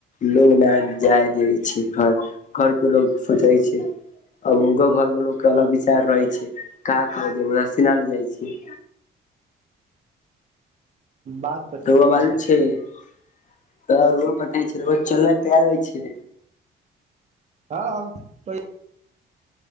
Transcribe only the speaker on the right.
बात तऽ
ठीके
हँ हम तैयार